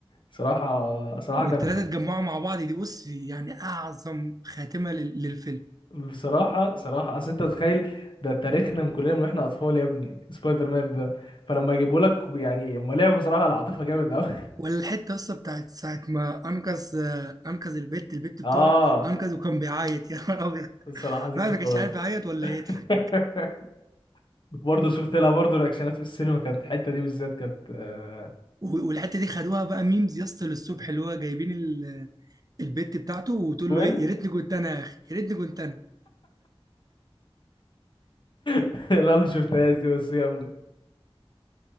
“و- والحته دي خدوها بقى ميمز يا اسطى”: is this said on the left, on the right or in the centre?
Right